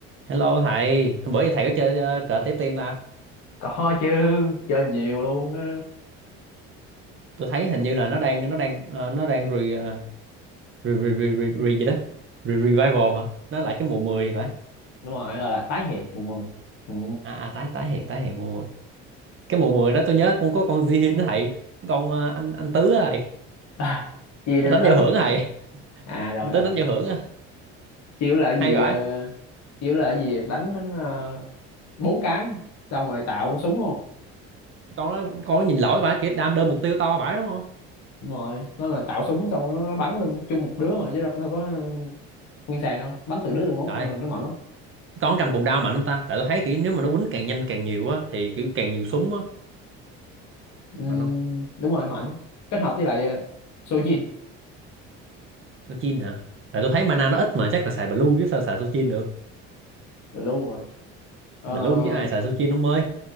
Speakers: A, on the right (about 40°); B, on the left (about 60°).
A: Hello thầy, hôm bữa giờ thầy có chơi ờ, cờ tiếp tim ta?
B: có chứ chơi nhiều luôn á
A: Tôi thấy hình như là nó đang nó đang ờ, nó đang re, ờ, re, re, re, re, re gì đó. Re, revival hả? Nó lại cái mùa 10 thì phải.
B: đúng rồi gọi là tái hiện mùa mười ừ.
A: À à tái tái hiện tái hiện mùa 10. Cái mùa 10 đó tôi nhớ con có con Jihin đó thầy. Cái con ờ, anh anh Tứ á thầy.
B: <laughs> à, chia nên
A: Nó đánh
B: tứ
A: giao hưởng á thầy.
B: à rồi
A: Anh Tứ
B: rồi
A: đánh giao hưởng á.
B: chiếu là cái
A: Hay
B: gì
A: vãi.
B: ờ, chiếu là cái gì đánh đến ờ, bốn cái xong rồi tạo súng không
A: Con nó con nó nhìn lỗi vãi kiểu đam đơn mục tiêu to vãi đúng không?
B: đúng rồi nó là tạo súng xong rồi nó, nó bắn lên chung một đứa mà chứ đâu, đâu có ờ, nguyên sàn đâu bắn từ đứa từ mốt
A: Trời,
B: là nó mạnh lắm
A: con cầm cuộn đao mạnh không ta? Tại tôi thấy kiểu nếu mà nó quýnh càng nhanh càng nhiều á thì kiểu càng nhiều súng á
B: ừ,
A: mà nó
B: đúng rồi mạnh kết hợp với lại uh, Sojin
A: số 9 hả tại tôi thấy mana nó ít mà chắc là xài blue chứ sao xài số 9 được
B: Blue à ờ,
A: blue chứ ai xài số 9 ông ơi